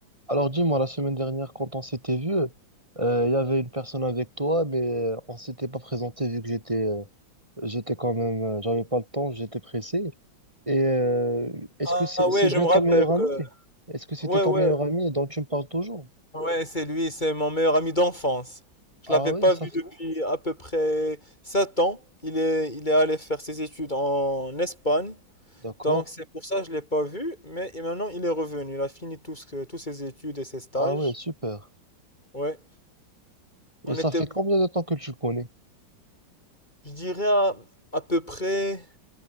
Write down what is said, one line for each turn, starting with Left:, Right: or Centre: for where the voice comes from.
Right: Alors dis-moi, la semaine dernière, quand on s'était vu, euh, il y avait une personne avec toi, mais euh, on s'était pas présenté vu que j'étais euh, j'étais quand même, euh, j'avais pas le temps, j'étais pressé. Et euh, est-ce
Left: Ah
Right: que c'est
Left: ouais,
Right: c'est
Left: je
Right: bien
Left: me
Right: ton
Left: rappelle
Right: meilleur
Left: que...
Right: ami? Est-ce que c'était
Left: Ouais,
Right: ton
Left: ouais,
Right: meilleur ami dont tu me parles toujours?
Left: ouais, c'est lui, c'est mon meilleur ami d'enfance.
Right: Ah
Left: Je l'avais
Right: oui,
Left: pas
Right: ça
Left: vu
Right: fait...
Left: depuis à peu près 7 ans. Il est, il est allé faire ses études en Espagne.
Right: D'accord.
Left: Donc c'est pour ça que je l'ai pas vu. Mais et maintenant, il est revenu. Il a fini tout ce que- tous ses études et ses stages.
Right: Ah oui, super.
Left: Ouais.
Right: Et
Left: On
Right: ça
Left: était,
Right: fait combien de temps que tu le connais?
Left: je dirais, à, à peu près